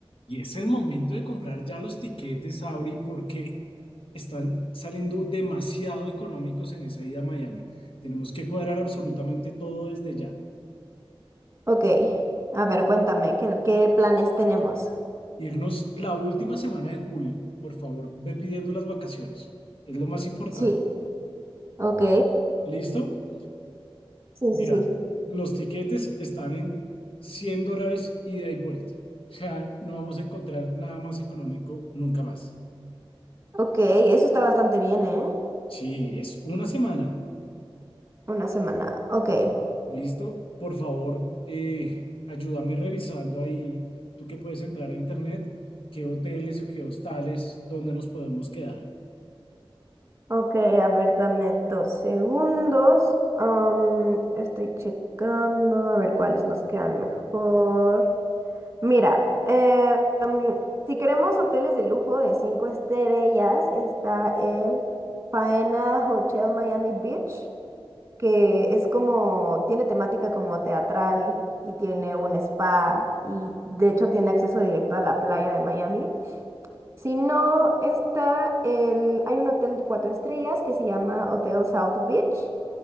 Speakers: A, on the left; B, on the right.
A: Y es el momento de comprar ya los tiquetes, Abri, porque están saliendo demasiado económicos en esa ida a Miami. Tenemos que cuadrar absolutamente todo desde ya.
B: Ok, a ver, cuéntame, ¿qué, qué planes tenemos?
A: Irnos la última semana de julio. Por favor, ve pidiendo las vacaciones. Es lo más importante.
B: Sí, ok,
A: ¿Listo?
B: sí,
A: Mira,
B: sí, sí.
A: los tiquetes están en 100 dólares ida y vuelta. O sea, no vamos a encontrar nada más económico nunca más.
B: Ok, eso está bastante bien, ¿eh?
A: Sí, es una semana.
B: Una semana, ok.
A: Listo, por favor, eh, ayúdame revisando ahí, tú que puedes entrar a internet, qué hoteles o qué hostales, dónde nos podemos quedar.
B: Ok, a ver, dame dos segundos. Am, estoy checando, a ver cuáles nos quedan mejor. Mira, eh, am, si queremos hoteles de lujo de cinco estrellas, está el Faena Hotel Miami Beach. que es como, tiene temática como teatral y tiene un spa y de hecho tiene acceso directo a la playa de Miami. Si no, está el, hay un hotel de cuatro estrellas que se llama Hotel South Beach,